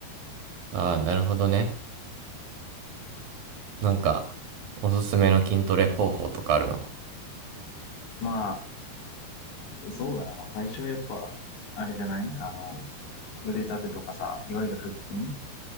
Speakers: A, on the right; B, on the left.
A: ああー、なるほどね。なんか、おすすめの筋トレ方法とかあるの
B: まあ、そうだな。まあ、最初やっぱ、あれじゃないあの、腕立てとかさ、いわゆる腹筋、